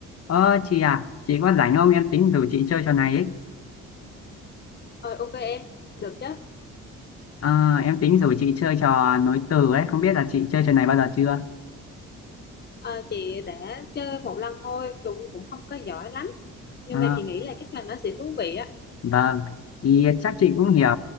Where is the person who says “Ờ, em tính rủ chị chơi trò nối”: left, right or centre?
Left